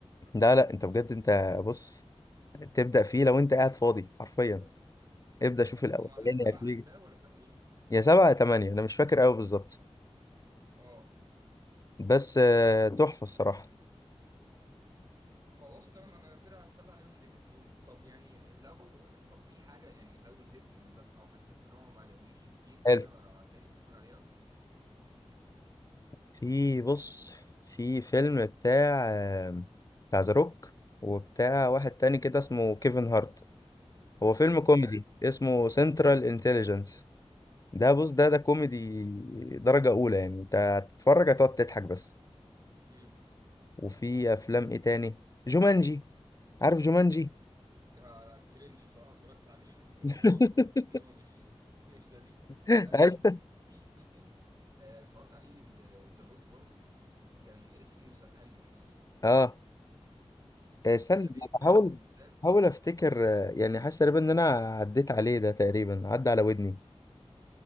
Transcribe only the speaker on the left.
لا لا انت بجد انت بص تبدأ فيه لو انت قاعد فاضي حرفيا ابدأ شوف الاولاني
<laughs> هتيجي
يا سبعة يا تمانية انا مش فاكر قوي بالظبط
بس آه، تحفة الصراحة
حلو
في بص في فيلم بتاع آه، بتاع ذا روك وبتاع واحد تاني كده اسمه كيفن هارت هو فيلم كوميدي
اسمه سنترال انتليجنس ده بص ده ده كوميدي درجة أولى يعني انت هتتفرج هتقعد تضحك بس
وفي أفلام ايه تاني جومانجي عارف جومانجي؟
<laughs>
أيوة.
اه آه، استنى
أنا
بحاول
بحاول افتكر آه، يعني حاسس تقريبا ان انا عديت عليه ده تقريبا عدى على ودني